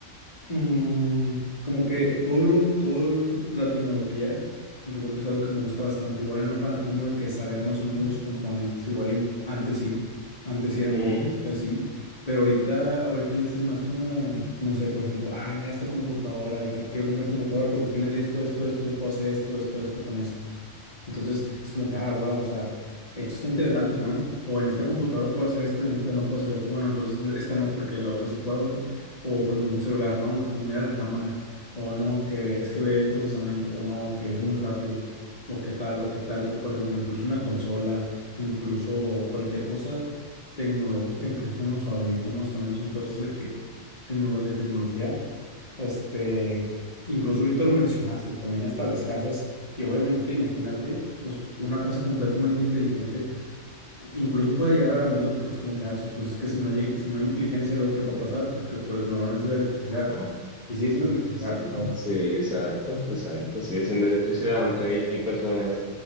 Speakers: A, on the left; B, in the centre.
A: Mm, como que todo lo, todo el- la tecnología, yo creo que es algo que me gusta bastante. Igual en un fanatismo de que saber más o menos los componentes, igual y antes sí, antes sí era
B: Ujú.
A: mucho así, pero ahorita, ahorita yo soy más como, no sé, por ejemplo, ah, mira esta computadora, de que quiero comprar esta computadora porque tiene esto, esto, esto, se puede hacer esto, esto, esto con esto. Entonces es como que, ah, wow, o sea, esto está interesante, ¿no? O en esta computadora puedo hacer esto y en esta no puedo hacer esto. Bueno, entonces e, esta no porque la otra sí puedo. y- O por ejemplo, un celular, no, hombre, pues mira la cámara. O no, que es que ve el procesamiento. O no, que es muy rápido. O qué tal, o qué tal. O por ejemplo, incluso una consola, incluso cualquier cosa tecnológica, incluso unos audífonos también son cosas de que, tecnolo- de tecnología este, incluso ahorita lo mencionaste, también hasta las casas, y obviamente imagínate, pues una casa completamente inteligente, incluso puede llegar a dar miedo porque es como que, ah, chis, pues es que si no, llega- si no hay inteligencia, luego qué va a pasar, porque pues normalmente es electricidad,
B: Ajá.
A: y sigue siendo electricidad,
B: Sí,
A: pero-
B: sí, exacto, exacto. Sigue siendo electricidad, aunque hay, hay personas